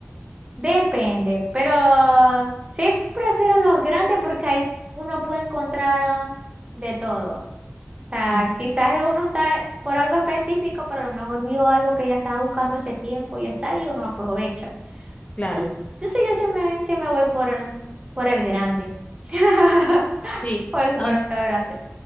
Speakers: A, on the right; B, on the left.
A: depende, pero sí prefiero los grandes porque ahí uno puede encontrar ah, de todo. sea,
B: Ujú,
A: quizás uno está por algo específico, pero a lo mejor vio algo que ya estaba buscando hace tiempo y ya está y uno aprovecha.
B: Claro.
A: Entonces, yo sí, yo sí me, sí me voy por el, por el grande. <laughs>
B: Sí.
A: Por el supermercado
B: Ay,
A: grande.